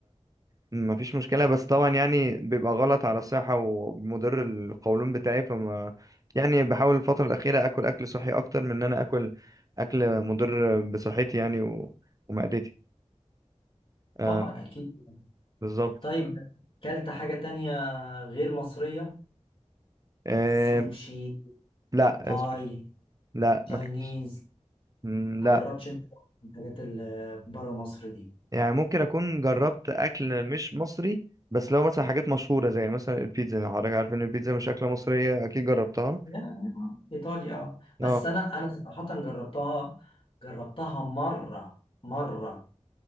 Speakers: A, on the right; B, on the left.
A: ما فيش مشكلة بس طبعا يعني بيبقى غلط على الصحة ومضر القولون بتاعي فما يعني بحاول الفترة الأخيرة أكل أكل صحي أكتر من إن أنا أكل أكل مضر بصحتي يعني و... ومعدتي آه
B: طبعا اكيد
A: بالظبط
B: طيب كلت حاجة تانية غير مصرية
A: آه
B: سوشي
A: لا
B: تاي
A: لا
B: تاينيز
A: ما كنتش مم،
B: ما
A: لا
B: جربتش انت الحاجات اللي بره مصر دي
A: يعني ممكن أكون جربت أكل مش مصري بس لو مثلا حاجات مشهورة زي مثلا البيتزا حضرتك عارف إن البيتزا مش أكلة مصرية أكيد جربتها
B: لا لا، ايطاليا اه
A: اه
B: بس انا انا صراحة جربتها جربتها مرة مرة